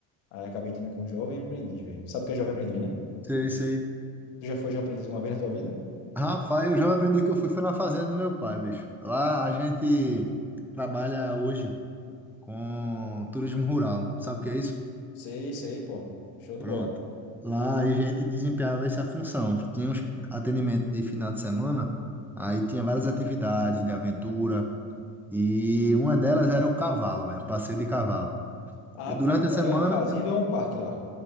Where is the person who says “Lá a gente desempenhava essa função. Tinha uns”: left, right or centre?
Centre